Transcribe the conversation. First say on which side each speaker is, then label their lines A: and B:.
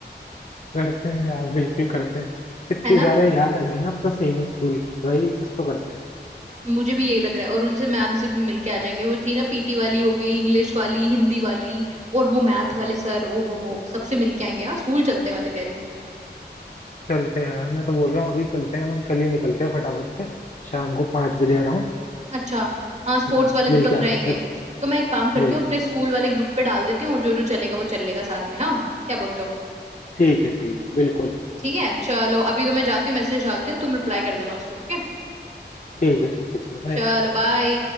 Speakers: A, on the left; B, on the right.
A: करते हैं यार बिल्कुल करते हैं इतनी
B: है ना
A: ज्यादा याद आ गई ना अब तो सही में स्कूल की भाई कुछ तो करते हैं
B: मुझे भी यही लग रहा है और उनसे मैम से भी मिल के आ जाएंगे वो थी ना पीटी वाली हो गई इंग्लिश वाली हिंदी वाली और वो मैथ वाले सर ओ हो हो सबसे मिल के आएंगे हाँ स्कूल चलते हैं मैं तो कह रही हूँ
A: चलते हैं यार मैं तो बोल रहा हूँ अभी चलते हैं हम कल ही निकलते हैं फटाफट से शाम को पाँच बजे आ रहा हूँ
B: अच्छा हाँ स्पोर्ट्स
A: बट हम
B: वाले
A: मिल
B: तो तब
A: के आते
B: रहेंगे
A: हैं फिर
B: तो मैं एक काम करती
A: वही
B: हूँ अपने स्कूल वाले ग्रुप पे डाल देती हूँ जो जो चलेगा वो चलेगा साथ में हाँ क्या बोलते हो
A: ठीक है ठीक है बिल्कुल
B: ठीक है चलो अभी तो मैं जाती हूँ मैसेज डालती हूँ तुम रिप्लाई कर देना उस पे ओके
A: ठीक है ठीक है चलो बाय
B: चलो बाय